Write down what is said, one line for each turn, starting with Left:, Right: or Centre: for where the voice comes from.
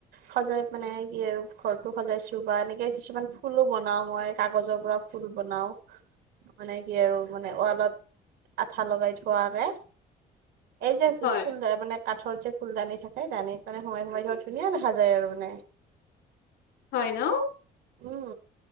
Right: সজাই মানে কি আৰু ঘৰতো সজাইছো বা এনেকে কিছুমান ফুলো বনাও মই কাগজৰ পৰা ফুল বনাও, মানে কি আৰু মানে ৱালত আঠা লগাই থোৱাকে। এই যে <unintelligible>
Left: হয়
Right: <unintelligible> মানে কাঠৰ যে ফুলদানি থাকে দানিত মানে সোমাই সোমাই দিওঁ, ধুনীয়া দেখা যায় আৰু মানে।
Left: হয় ন!
Right: উম,